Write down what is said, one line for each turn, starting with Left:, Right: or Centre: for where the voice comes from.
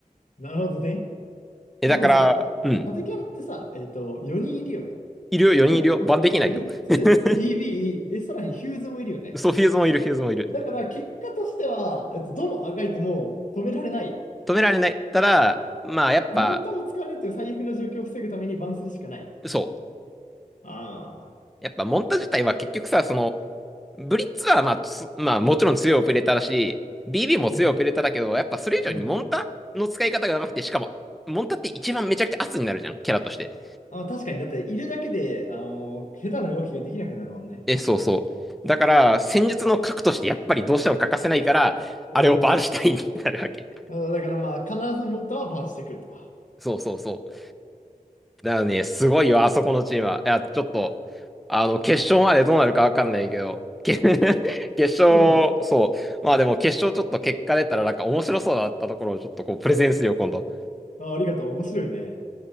Left: なるほどね。
Centre: え、
Left: でもさ、
Centre: だから、うん。
Left: 縦キャラってさ、えっと、4人いるよね。
Centre: いるよ、
Left: モンタ、
Centre: 4人いるよ。バンできないよ。
Left: ブリッツ、
Centre: <laughs>
Left: BB、で、さらにヒューズもいるよね。
Centre: そう、フューズもいる、フューズもいる。
Left: だから結果としては、えっと、どのあがいても止められない。
Centre: 止められない。ただ、まあ、やっぱ、
Left: のモンタを使われるという最悪の状況を防ぐためにバンするしかない。
Centre: そう。
Left: ああ。
Centre: やっぱ、モンタ自体は結局さ、その、ブリッツは、まあ、つまあ、もちろん強いオペレーターだし、BB も強いオペレーターだけど、
Left: うん。
Centre: やっぱそれ以上にモンタの使い方が上手くて、
Left: うん。
Centre: しかも、モンタって一番めちゃくちゃ圧になるじゃん、キャラとして。
Left: あ、確かに、だって、いるだけで、あの、下手な動きができなくなるもんね。
Centre: え、そうそう。だから、戦術の核としてやっぱりどうしても欠かせないから、
Left: うん
Centre: あれをバンシュタインになるわけ。
Left: あだからまあ、必ずモンタはバンしてくると。
Centre: そうそうそう。だからね、すごいよ、あそこのチームは。いや、ちょっと、あの、決勝までどうなるかわかんないけど、け <laughs> 決勝、
Left: そうね。
Centre: そう。まあでも決勝ちょっと結果出たらなんか面白そうだったところをちょっとこう、
Left: うん
Centre: プレゼンするよ、今度。
Left: あ、ありがとう。面白いね。